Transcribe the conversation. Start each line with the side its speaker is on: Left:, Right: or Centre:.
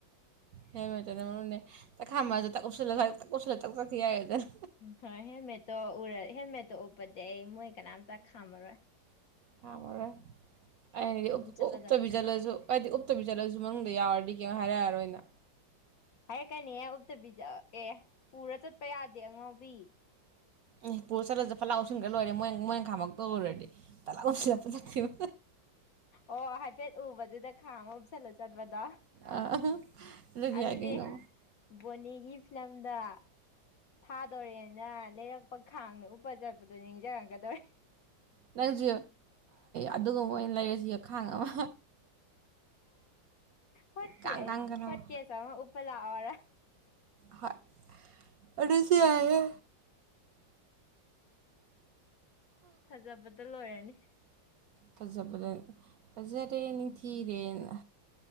Right: ꯍꯦꯝꯂꯦꯠ ꯇꯨꯅ ꯃꯔꯨꯅꯦ ꯊꯛ ꯈꯥꯝꯃꯥꯒ ꯑꯗꯨ ꯊꯛ ꯎꯞꯁꯜꯂꯒ ꯑꯁꯥꯏꯐꯥꯎ ꯊꯛ ꯆꯠꯈꯤ ꯌꯥꯔꯦꯗꯅ
Left: ꯎꯝ ꯍꯣꯏ ꯍꯦꯜꯃꯦꯠꯇꯣ ꯎꯔ ꯍꯦꯜꯃꯦꯠꯇꯣ ꯎꯞꯄꯗꯤ ꯑꯩ ꯃꯣꯏ ꯀꯅꯥꯝꯇ ꯈꯥꯝꯃꯔꯣꯏ
Right: ꯈꯥꯝꯃꯥꯔꯣꯏ ꯑꯩꯅꯗꯤ
Left: ꯑꯗꯨꯝ ꯆꯠꯂꯗꯕꯅꯦ
Right: ꯎꯞꯛꯇꯕꯤ ꯆꯠꯂꯁꯨ ꯍꯥꯏꯗꯤ ꯎꯞꯛꯇꯕꯤ ꯆꯠꯂꯁꯨ ꯃꯅꯨꯡꯗ ꯌꯥꯎꯔꯗꯤ ꯀꯌꯥꯝ ꯍꯥꯏꯔꯛꯑꯔꯣꯏꯅ
Left: ꯍꯥꯏꯔꯛꯀꯅꯤꯍꯦ ꯎꯞꯇꯕꯤꯖ ꯑꯦ ꯄꯨꯔ ꯆꯠꯄ ꯌꯥꯗꯦ ꯑꯉꯥꯎꯕꯤ
Right: ꯎ ꯄꯨꯔꯣ ꯆꯠꯂꯁꯨ ꯐꯠ ꯂꯥꯎ ꯑꯣꯟꯁꯤꯟꯈ꯭ꯔ ꯂꯣꯏꯔꯦ ꯃꯣꯏ ꯃꯣꯏ ꯉꯪꯈꯥꯃ ꯇꯧꯔꯨꯔꯗꯤ ꯐꯠ ꯂꯥꯎ ꯎꯞꯁꯤꯜꯂꯝꯃꯒ ꯆꯠꯈꯤꯕ
Left: ꯑꯣ ꯍꯥꯏꯐꯦꯠ ꯎꯕꯗꯨꯗ ꯈꯥ ꯑꯃ ꯍꯥꯨꯞꯁꯜꯂꯨ ꯆꯠꯄꯗꯣ
Right: ꯑꯥ
Left: ꯑꯗꯨꯗꯤ
Right: ꯌꯥꯏ ꯀꯩꯅꯣ
Left: ꯕꯣꯅꯤꯒꯤ ꯐꯤꯂꯝꯗ ꯐꯥꯗꯣꯔꯦꯅ ꯂꯩꯔꯛꯄ ꯈꯥꯡꯅ ꯎꯞꯄꯥ ꯆꯠꯄꯗꯣ ꯅꯤꯡꯖꯔꯒꯗꯣꯏ
Right: ꯅꯪꯁꯨ ꯑꯗꯨꯒꯨꯝꯕ ꯑꯣꯏꯅ ꯂꯩꯔꯁꯨ ꯌꯥꯈꯥꯡ ꯑꯃ
Left: ꯍꯣꯠꯀꯦꯁ
Right: ꯀꯥꯡ ꯀꯥꯡꯒ ꯂꯥꯎ
Left: ꯍꯣꯠꯀꯦꯁ ꯑꯃ ꯎꯞꯄ ꯂꯥꯛꯑꯣꯔꯥ
Right: ꯍꯣꯏ ꯑꯗꯨꯁꯨ ꯌꯥꯌꯦ
Left: ꯐꯖꯕꯗ ꯂꯣꯏꯔꯅꯤ
Right: ꯐꯖꯕꯗ ꯐꯖꯔꯦ ꯅꯤꯡꯊꯤꯔꯦꯅ